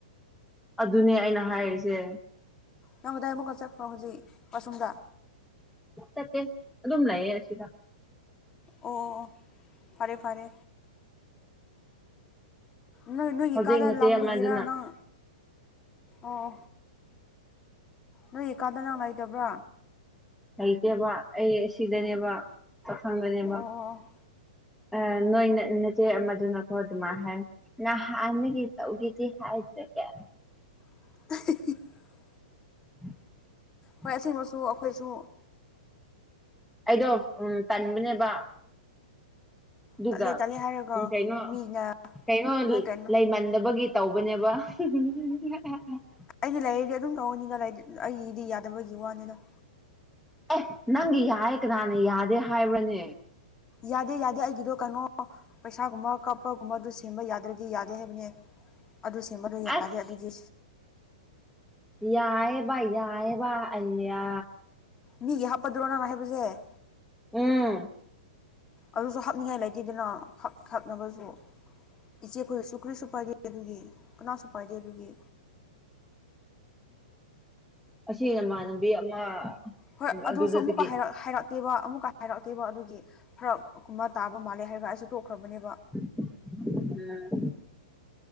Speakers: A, in the centre; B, on the left.
A: ꯑꯗꯨꯅꯦ ꯑꯩꯅ ꯍꯥꯏꯔꯤꯁꯦ
B: ꯅꯣꯡꯗꯥꯏꯕꯀꯣ ꯆꯠꯄ ꯍꯧꯖꯤꯛ ꯑꯁꯨꯝꯗ
A: ꯆꯠꯇꯦ ꯑꯗꯨꯝ ꯂꯩꯌꯦ ꯑꯁꯤꯗ
B: ꯑꯣ ꯑꯣ ꯑꯣ ꯐꯔꯦ ꯐꯔꯦ ꯅꯣꯏ ꯅꯣꯏꯒꯤ
A: ꯍꯧꯖꯤꯛ
B: ꯀꯥꯗ
A: ꯅꯆꯦ
B: ꯂꯥꯡꯕꯒꯤꯔ
A: ꯑꯃꯗꯨꯅ
B: ꯅꯪ ꯑꯣ ꯅꯣꯏꯒꯤ ꯀꯥꯗ ꯅꯪ ꯂꯩꯇꯕ꯭ꯔꯥ
A: ꯂꯩꯩꯇꯦꯕ ꯑꯩ ꯁꯤꯗꯅꯦꯕ ꯆꯥꯛꯁꯪꯗꯅꯦꯕ
B: ꯑꯣ
A: ꯑ ꯅꯣꯏ ꯅ ꯅꯆꯦ ꯑꯃꯗꯨꯅꯀꯣ ꯑꯗꯨꯃꯥꯏ ꯍꯥꯏ ꯅꯍꯥꯟꯗꯒꯤ ꯇꯧꯒꯦꯗꯤ ꯍꯥꯏꯗ꯭ꯔꯒ
B: <unintelligible>
A: <inaudible>
B: ꯍꯣꯏ ꯑꯁꯤꯃꯁꯨ ꯑꯩꯈꯣꯏꯁꯨ
A: ꯑꯩꯗꯣ ꯎꯝ ꯇꯟꯕꯅꯦꯕ ꯑꯗꯨꯒ
B: ꯇꯠꯂꯦ ꯇꯠꯂꯦ ꯍꯥꯏꯔꯒ
A: ꯎ ꯀꯩꯅꯣ
B: ꯃꯤꯅ
A: ꯀꯩꯅꯣꯒꯤ
B: ꯂꯣꯏ ꯀꯩꯅꯣ
A: ꯂꯩꯃꯟꯗꯕꯒꯤ ꯇꯧꯕꯅꯦꯕ <unintelligible>
B: ꯑꯩꯗꯤ ꯂꯥꯏꯔꯤꯛꯗꯤ ꯑꯗꯨꯝ ꯇꯧꯍꯟꯅꯤꯗ <unintelligible> ꯑꯩꯒꯤꯗꯤ ꯌꯥꯗꯕꯒꯤ ꯋꯥꯅꯤꯗ
A: ꯑꯦ ꯅꯪꯒꯤ ꯌꯥꯌꯦ ꯀꯅꯥꯅ ꯌꯥꯗꯦ ꯍꯥꯏꯕ꯭ꯔꯅꯦ
B: ꯌꯥꯗꯦ ꯌꯥꯗꯦ ꯑꯩꯒꯤꯗꯣ ꯀꯩꯅꯣ ꯄꯩꯁꯥꯒꯨꯝꯕ ꯀꯥꯞꯄꯒꯨꯝꯕ ꯑꯗꯨ ꯁꯦꯝꯕ ꯌꯥꯗ꯭ꯔꯗꯤ ꯌꯥꯗꯦ ꯍꯥꯏꯕꯅꯦ ꯑꯗꯨ ꯁꯦꯝꯕꯗꯣ ꯌꯥꯔꯗꯦ
A: ꯑꯁ
B: ꯑꯗꯨꯒꯤ
A: ꯌꯥꯑꯦꯕ ꯌꯥꯑꯦꯕ ꯑꯩꯅ꯭ꯌꯥ
B: ꯃꯤꯒꯤ ꯍꯥꯞꯄꯗꯨꯔꯣ ꯅꯪꯅ ꯍꯥꯏꯕꯁꯦ
A: ꯎꯝ
B: ꯑꯗꯨꯁꯨ ꯍꯥꯞꯅꯤꯡꯉꯥꯏ ꯂꯩꯇꯦꯗꯅꯥ ꯈꯛ ꯈꯛꯅꯕꯁꯨ ꯏꯆꯦ ꯑꯩꯈꯣꯏꯁꯨꯁꯨ ꯀꯨꯔꯤꯁꯨ ꯄꯥꯏꯗꯦ ꯑꯗꯨꯒꯤ ꯀꯅꯥꯁꯨ ꯄꯥꯏꯗꯦ ꯑꯗꯨꯒꯤ
A: ꯑꯁꯤ ꯅꯃꯥꯟꯅꯕꯤ ꯑꯃ
B: ꯍꯣꯏ ꯑꯗꯨꯁꯨ
A: ꯑꯗꯨꯗꯒꯤ
B: ꯑꯃꯨꯛꯀ ꯍꯥꯏꯔꯛ ꯍꯥꯏꯔꯛꯇꯦꯕ ꯑꯃꯨꯛꯀ ꯍꯥꯏꯔꯛꯇꯦꯕ ꯑꯗꯨꯒꯤ ꯐꯔꯛ ꯀꯨꯝꯕ ꯇꯥꯕ ꯃꯥꯜꯂꯦ ꯍꯥꯏꯔꯒ ꯑꯩꯁꯨ ꯇꯣꯛꯈ꯭ꯔꯕꯅꯦꯕ
A: <unintelligible> ꯎꯝ